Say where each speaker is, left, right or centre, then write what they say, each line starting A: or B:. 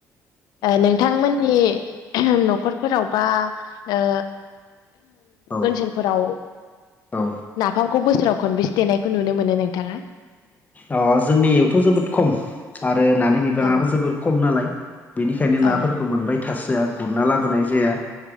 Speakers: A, on the left; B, on the left.
A: नोंथांमोननि न'खरफोराव बा ओ
B: औ
A: ओनसोलफोराव
B: औ
A: नाफाम खौ बोसोराव खनबेसे देनायखौ नुनो मोनो नोंथाङा?
B: आं जोंनियावथ' जोबोद खम आरो नानि बि बाङाबो
A: औ
B: जोबोर खम नालाय बेनिखायनो
A: औ
B: नाफोरखौ मोनबाय थासोआ गुरना लाबोनाय जाया।